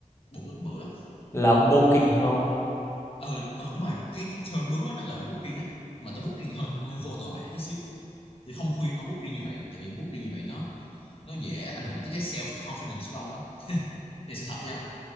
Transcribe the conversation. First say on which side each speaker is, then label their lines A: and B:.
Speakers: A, on the left; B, on the left.
A: bụng tôi cũng bự lắm
B: là ông bulking
A: ừ
B: không
A: ờ ờ đúng rồi cái cái term đúng đó, nó gọi là booking á mà tôi booking thì hơi hơi vô tội vạ tí xíu tôi không khuyên ông booking như vậy tại vì booking như vậy nó nó dễ ảnh hưởng tới cái self confidence của ông đó thì sự thật nha